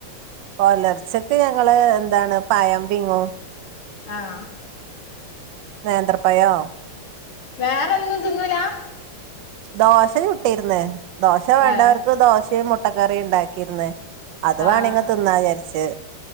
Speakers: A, on the right (about 70°); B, on the left (about 80°).
A: പുലർച്ചക്ക് ഞങ്ങള് എന്താണ് പഴം പിങ്ങും
B: ആഹ്
A: നേന്ത്രപഴോ
B: വേറെന്നും തിന്നൂല
A: ദോശ ചുട്ടിരുന്ന് ദോശ വേണ്ടവർക്ക്
B: ഏഹ്
A: ദോശയും മുട്ടക്കറിയും ഉണ്ടാക്കിയിരുന്ന് അത്
B: ആഹ്
A: വേണെങ്ങിൽ തിന്നാന്ന് വിചാരിച്ച്